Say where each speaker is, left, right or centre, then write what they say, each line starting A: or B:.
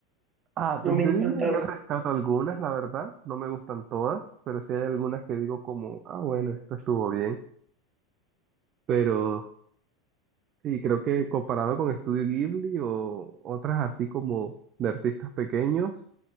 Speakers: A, on the right (about 40°); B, on the right (about 25°).
A: Ah,
B: no
A: de
B: me
A: de
B: encanta
A: Disney yo
B: ver.
A: rescato algunas, la verdad, no me gustan todas, pero sí hay algunas que digo como, ah, bueno, esto estuvo bien. Pero Sí, creo que comparado con Estudio Ghibli o otras así como de artistas pequeños,